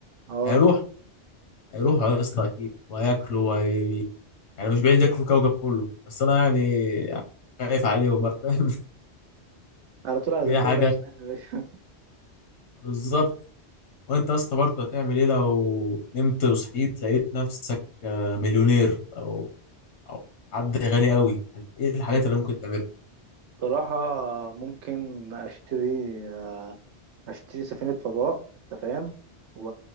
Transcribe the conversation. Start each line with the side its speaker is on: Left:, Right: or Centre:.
Right: اه
Left: هيروح هيروحوا يا اسطى اكيد وهياكلوا وهي... يعني مش بعيد ياكلوا الكوكب كله بس انا يعني خايف عليهم بقى فاهم <laughs>
Right: على طول على
Left: دي
Right: دكتور
Left: حاجه
Right: الاسنان يا باشا
Left: بالظبط وانت يا اسطى برضه هتعمل ايه لو نمت وصحيت لقيت نفسك آه، مليونير او او حد غني قوي يعني ايه الحاجات اللي ممكن تعملها
Right: <laughs> بصراحه ممكن اشتري آه، هشتري سفينة فضاء انت فاهم و...